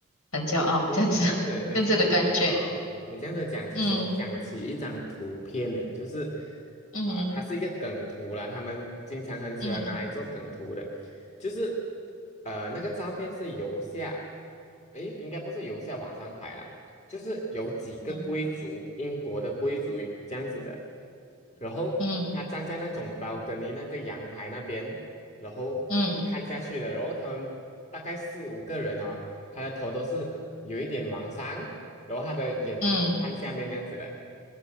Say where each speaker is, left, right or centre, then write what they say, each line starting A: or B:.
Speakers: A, on the left; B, on the left.
A: 很骄傲，
B: 呃，你你这样子，
A: 这样子 <laughs>，
B: 你这样子讲啊、
A: 这样子的感觉，
B: 你这样子讲，其实我想起一张图片呢，
A: 嗯
B: 就是
A: 嗯
B: 啊、呃它是一个梗图啦，他们经常很喜欢拿来做梗图的，
A: 嗯
B: 就是呃，那个照片是由下，诶，应该不是由下往上拍啦，就是有几个贵族，
A: 嗯
B: 英国的贵族这样子的，然后他站在那种
A: 嗯。
B: balcony 那个阳台那边，然后看下去的，
A: 嗯
B: 然后他们大概四五个人啊他的头都是有一点往上，然后他的眼睛是看下面这样子的，
A: 嗯